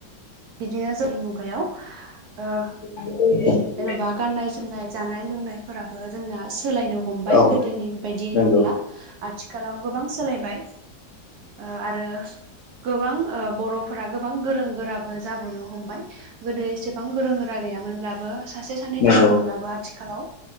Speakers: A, on the right; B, on the left.
A: बिदिनो जोंनि मुगायाव ओ
B: <inaudible>
A: जेन'बा गाननाय जोमनाय जानाय लोंनायफोराबो जोंना सोलायनो हमबाय।
B: औ
A: गोदोनि बायदि
B: नंगौ
A: नंला आथिखालाव गोबां सोलायबाय ओ आरो गोबां ओ बर'फोरा गोबां गोरों गोराबो जाबोनो हमबाय गोदो एसेबां गोरों गोरा गैयामोनब्लाबो सासे सानै
B: नंगौ
A: दङ'मोनब्लाबो आथिखालाव